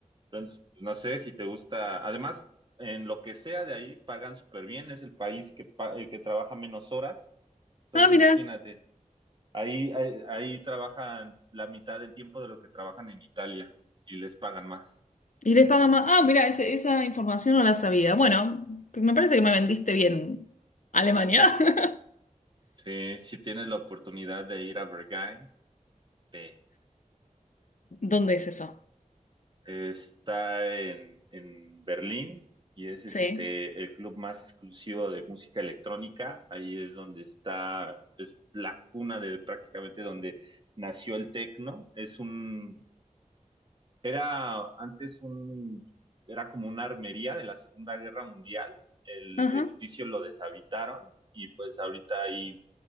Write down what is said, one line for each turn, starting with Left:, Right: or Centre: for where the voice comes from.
Right: Entonces, no sé si te gusta, además, en lo que sea de ahí pagan súper bien, es el país que, pa- eh, que trabaja menos horas, entonces
Left: ah, mira.
Right: imagínate, ahí, ahí, ahí trabajan la mitad del tiempo de lo que trabajan en Italia y les pagan más.
Left: Y les pagan más. Ah, mira, ese- esa información no la sabía. Bueno, me parece que me vendiste bien Alemania. <laughs>
Right: Sí, si tienes la oportunidad de ir a Berghain, ve.
Left: ¿Dónde es eso?
Right: Está en, en Berlín y es este
Left: Sí.
Right: el club más exclusivo de música electrónica. Ahí es donde está, es la cuna de prácticamente donde nació el techno. Es un era antes un, era como una armería de la Segunda Guerra Mundial. El
Left: Ajá.
Right: edificio lo deshabitaron y pues ahorita ahí